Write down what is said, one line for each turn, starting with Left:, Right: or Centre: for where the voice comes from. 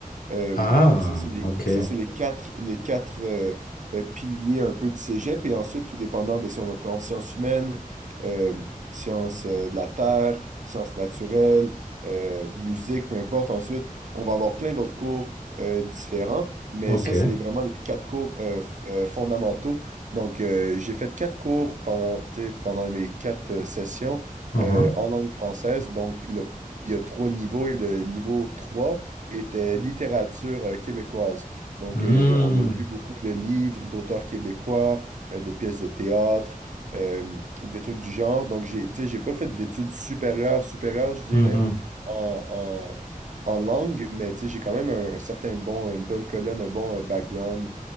Right: Euh,
Left: Ah,
Right: ça, c'est les,
Left: ok,
Right: ça, c'est les quatre, les quatre euh, euh, piliers un peu du cégep. Et ensuite, tout dépendant de si on prend sciences humaines, euh, sciences euh, de la terre, sciences naturelles, euh, musique, peu importe. Ensuite, on va avoir plein d'autres cours euh, différents. Mais
Left: ok.
Right: ça, c'est les- vraiment les quatre cours euh, f- euh, fondamentaux. Donc, euh, j'ai fait quatre cours pendant, tu sais, pendant mes quatre euh, sessions
Left: Uhum.
Right: euh, en langue française. Donc, le- il y a trois niveaux et le niveau 3 était littérature euh, québécoise. Donc,
Left: Hmm,
Right: euh, on a lu beaucoup de livres d'auteurs québécois, euh, de pièces de théâtre, euh, des trucs du genre. Donc, j'ai, tu sais, j'ai pas fait d'études supérieures, supérieures, je dirais,
Left: mhm,
Right: en, en, en langue, mais tu sais, j'ai quand même un, un certain bon, une bonne colonne, un bon euh, background.